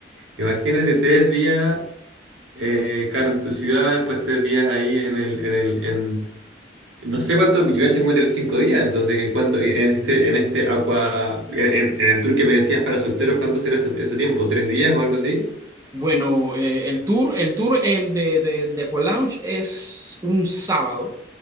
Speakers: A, on the right; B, on the right.
A: Imagínate tres días, eh, claro, en tu ciudad, después tres días ahí en el, en el, en, No sé cuánto, yo caché como tener cinco días, entonces en cuanto, en este, en este agua, en, en- en el tour que me decías para solteros, ¿cuánto será ese, ese tiempo? ¿Tres días o algo así?
B: Bueno, eh, el tour, el tour, el de, de, de Aqua Lounge es un sábado,